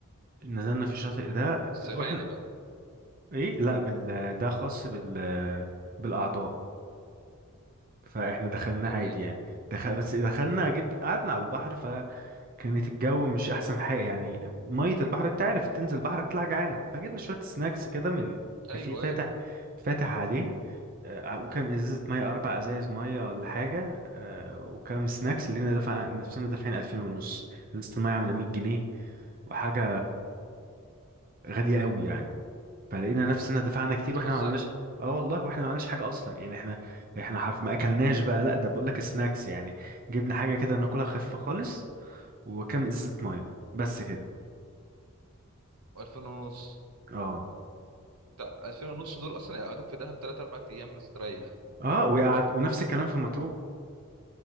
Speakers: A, on the right (about 40°); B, on the right (about 80°).
A: نزلنا في الشاطئ ده آه،
B: بس غالي
A: واحنا
B: بقى
A: ايه لا بال ده خاص بال بالاعضاء فاحنا دخلنا
B: تمام
A: عادي يعني دخل بس دخلنا جبنا قعدنا على البحر كانت الجو مش احسن حاجه يعني ميه البحر انت عارف تنزل بحر تطلع جعان فجبنا شويه سناكس كده من كافيه
B: ايوه
A: فاتح
B: ايوه
A: فاتح عليه آه، وكام ازازه ميه اربع ازايز ميه ولا حاجه آه، وكام سناكس لقينا دفع نفسنا دافعين 2000 ونص لسه الميه عامله 100 جنيه وحاجه غاليه قوي يعني فلقينا نفسنا دفعنا كتير
B: بتهزر
A: واحنا ما عملناش اه والله واحنا ما عملناش حاجه اصلا يعني احنا احنا حرف ما اكلناش بقى لا ده بقول لك سناكس يعني جبنا حاجه كده ناكلها خفيفه خالص وكام ازازه ميه بس كده
B: و2000 ونص
A: اه
B: بتاع 2000 ونص دول اصلا يقعدوك في دهب 3 4 ايام مستريح
A: اه وقعد ونفس الكلام في مطروح